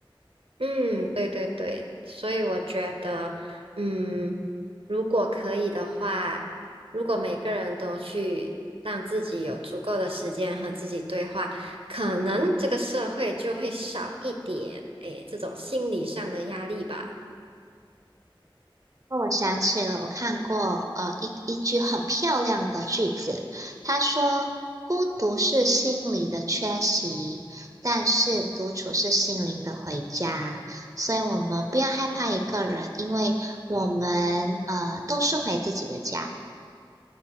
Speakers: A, on the right; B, on the right.
A: 嗯，对对对，所以我觉得，嗯，如果可以的话，如果每个人都去让自己有足够的时间和自己对话，可能这个社会就会少一点，诶，这种心理上的压力吧。
B: 哦，我想起了，我看过呃一一句很漂亮的句子，他说：“孤独是心理的缺席，但是独处是心灵的回家。”所以，我们不要害怕一个人，因为我们呃都是回自己的家。